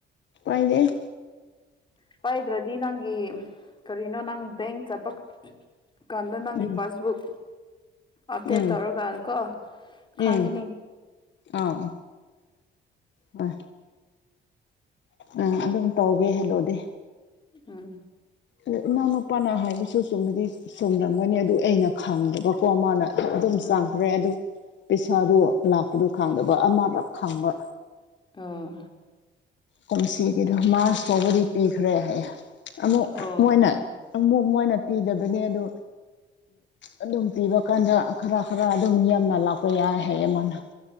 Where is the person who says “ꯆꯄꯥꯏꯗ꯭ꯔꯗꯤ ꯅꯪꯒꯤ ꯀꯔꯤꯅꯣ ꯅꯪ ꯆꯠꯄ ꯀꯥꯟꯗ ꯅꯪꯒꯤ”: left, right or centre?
Left